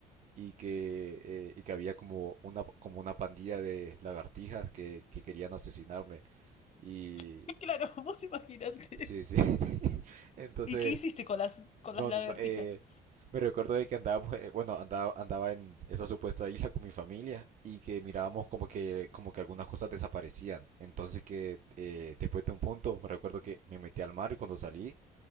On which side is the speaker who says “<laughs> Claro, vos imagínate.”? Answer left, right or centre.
Left